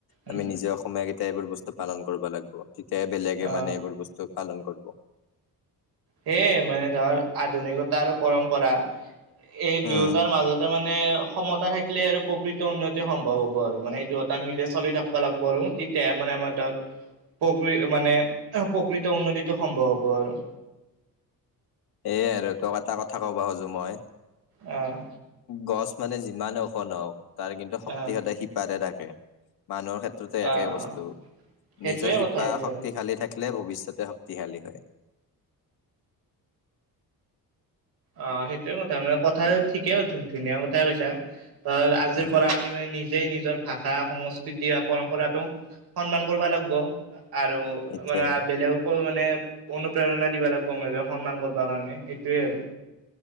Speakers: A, on the right (about 85°); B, on the left (about 80°).
A: উম
B: আমি নিজে অসমীয়া কেইটাই এইবোৰ বস্তু পালন কৰিব লাগিব, তেতিয়াহে বেলেগ লেগে
A: অ
B: মানে এইবোৰ বস্তু পালন কৰিব।
A: সেইয়ে মানে ধৰ, আধুনিকতাৰ আৰু পৰম্পৰা এই
B: উম
A: দুয়োটাৰ মাজতে মানে সমতা থাকিলে আৰু প্ৰকৃত উন্নতি সম্ভৱ হ'ব আৰু, মানে এই দু-এটা মিলি চলি থাকবা লাগিব আৰু, তেতিয়াহে মানে আমাৰ ধৰ প্ৰকৃ মানে, প্ৰকৃত উন্নতিটো সম্ভৱ হ'ব আৰু।
B: সেইয়াই আৰু, তোক এটা কথা ক'ব খজো মই,
A: আহ
B: গছ মানে যিমান ওখ নহওঁক, তাৰ কিন্তু শক্তি
A: আহ
B: সদায় শিপাতে থাকে। মানুহৰ ক্ষেত্ৰতো একে
A: আহ
B: বস্তু,
A: সেইটোয়ে
B: নিজৰ শিপা
A: কথা সেইটোয়ে
B: শক্তিশালী থাক কিলে, ভৱিষ্যতে শক্তিশালী হয়।
A: অ, সেইটোয়ে কথা মানে, কথা ঠিকেই, ধুনীয়া কথাই কৈছা। ত, আজিৰ
B: অ
A: পৰা আমি মানে নিজ জে নিজৰ ভাষা সংস্কৃতি বা পৰম্পৰাটোক সন্মান কৰিব লাগিব। আৰু
B: সেইটোৱে
A: মানে বেলেগকো মানে মানে অনুপ্ৰেৰণা দিবা লাগিব মান সন্মান কৰিব কাৰণে সেইটোয়ে আৰু